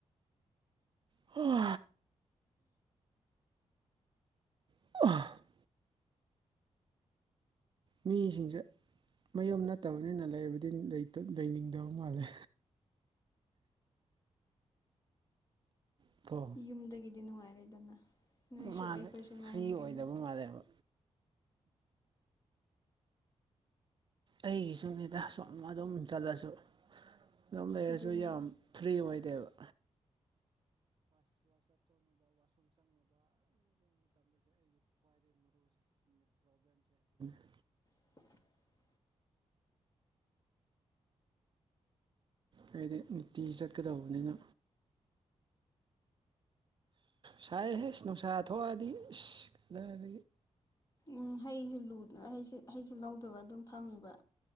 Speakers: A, on the right (about 40°); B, on the left (about 30°).
A: <unintelligible> <unintelligible> ꯃꯤꯁꯤꯡꯁꯦ ꯃꯌꯨꯝ ꯅꯠꯇꯕꯅꯤꯅ ꯂꯩꯕꯗꯤ ꯂꯩꯇ ꯂꯩꯅꯤꯡꯗꯕ ꯃꯥꯜꯂꯦ ꯑꯣ
B: ꯌꯨꯝꯗꯒꯤꯗꯤ ꯅꯨꯡꯉꯥꯏꯔꯦꯗꯅ ꯅꯣꯏꯁꯨ
A: ꯃꯥꯅꯦ
B: ꯑꯩꯈꯣꯏꯁꯨ ꯉꯥꯏꯔꯦ
A: ꯐ꯭ꯔꯤ ꯑꯣꯏꯗꯕ
B: ꯀꯩꯅꯣ
A: ꯃꯥꯜꯂꯦꯕ ꯑꯩꯒꯤꯁꯨ ꯂꯤꯗ ꯁ ꯑꯗꯨꯝ ꯆꯠꯂꯁꯨ ꯑꯗꯨꯝ ꯂꯩꯔꯁꯨ
B: ꯑꯗꯨꯅꯤ
A: ꯌꯥꯝ ꯐ꯭ꯔꯤ ꯑꯣꯏꯗꯦꯕ <inaudible> <inaudible>
B: <inaudible>
A: ꯍꯥꯏꯗꯤ ꯅꯨꯡꯇꯤ ꯆꯠꯀꯗꯧꯕꯅꯤꯅ ꯁꯥꯏꯍ‌ꯦ ꯅꯨꯡꯁꯥ ꯊꯣꯛꯑꯗꯤ ꯏꯁ ꯎꯝ
B: ꯎꯝ ꯍꯩꯁꯨꯨꯅ ꯍꯩꯁꯨ ꯂꯧꯗꯕ ꯑꯗꯨꯝ ꯐꯝꯃꯤꯕ